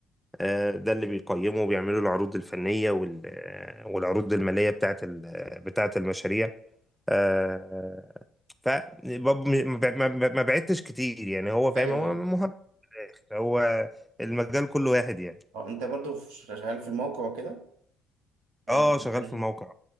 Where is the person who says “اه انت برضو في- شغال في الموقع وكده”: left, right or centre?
Right